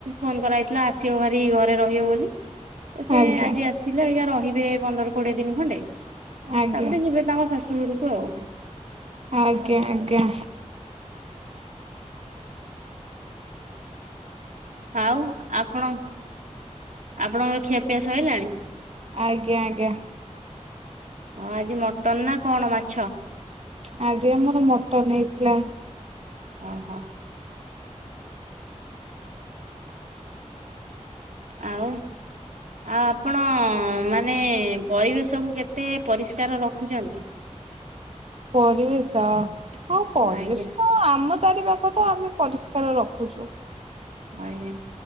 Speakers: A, on the right; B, on the right.
A: ଫୋନ୍ କରାହେଇଥିଲା ଆସିବ ଭାରି <unintelligible> ଘରେ ରହିବେ ବୋଲି, ସେ
B: ଆଜ୍ଞା
A: ଆଜି ଆସିଲେ ଅଇକା ରହିବେ ପନ୍ଦର କୋଡିଏ ଦିନ ଖଣ୍ଡେ।
B: ଆଜ୍ଞା
A: ତାପରେ ଯିବେ ତାଙ୍କ ଶାଶୁଘରୁକୁ ଆଉ।
B: ଆଜ୍ଞା-ଆଜ୍ଞା।
A: ଆଉ ଆପଣ ଆପଣଙ୍କର ଖିଆପିଆ ସଇଲାଣି?
B: ଆଜ୍ଞା-ଆଜ୍ଞା।
A: ହଁ ଆଜି ମଟନ୍ ନା କଣ ମାଛ?
B: ଆଜି ଆମର ମଟନ୍ ହେଇଥିଲା।
A: ଓହୋ। ଆଉ, ଆଉ ଆପଣ ମା ମାନେ ପରିବେଶକୁୁ କେତେ ପରିଷ୍କାର ରଖୁଚନ୍ତି?
B: ପରିବେଶ, ହଁ ପରିବେଶ
A: ଆଜ୍ଞା।
B: ତ ଆମ ଚାରିପାଖ ତ ଆମେ ପରିଷ୍କାର ରଖୁଚୁ।
A: ଆଜ୍ଞା।